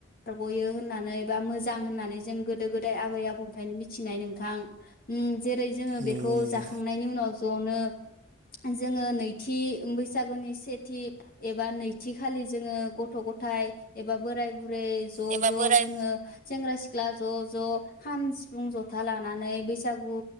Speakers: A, on the left (about 45°); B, on the right (about 35°).
A: बारगयो होननानै बा मोजां होननानै जों गोदो गोदाय आबै आबौनिफ्रायनो मिथिनाय नोंथां ओम जेरै जोङो
B: नंगौ
A: बेखौ
B: नंगौ
A: जाखा खांनायनि उनाव ज'नो जोङो नैथि बैसागुनि सेथि एबा नैथि खालि जोङो गथ गथाय एबा बोराय बु ओमफ्राय ज ज
B: एबा बोराय
A: जोङो सेंग्रा सिख ख्ला ज ज खाम सिफुं जथा लानानै बैसागु